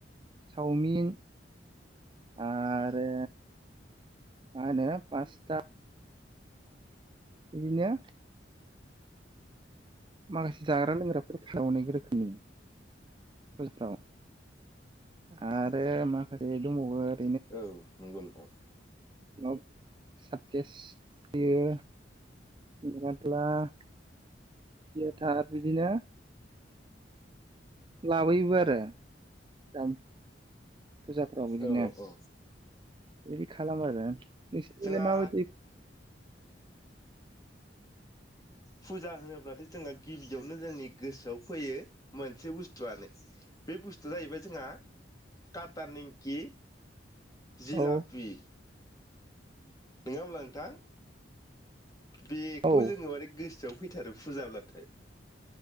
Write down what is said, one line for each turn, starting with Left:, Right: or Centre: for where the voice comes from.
Right: सावमिन आरो मा होनो पास्ता इदिनो माखासे जाग्रा लोंग्राफोर <inaudible> अनेक रोखोमनि फुजाफ्राव आरो माखासे दंबावो
Left: औ नंगौ नोंथां।
Right: माब सारकेस होयो <unintelligible> सियथा बिदिनो लाबोयोबो आरो <inaudible> फुजाफ्राव बिदिनो
Left: औ औ
Right: एदि खालामो आरो नोंसिनिखैलाय
Left: जोंहा
Right: माबायदि
Left: फुजा होनोब्लाथाय जोंङो गिबियावनो जोंनि गोसोआव फैयो मोनसे बुस्थुआनो बे बुस थुआ जाहैबाय जोंहा काता निमकि जिलापि
Right: औ
Left: नङा होमब्ला नोंथां बेखौ
Right: औ
Left: जोङो माने गोस सोआव फैथारो फुजाब्लाथाय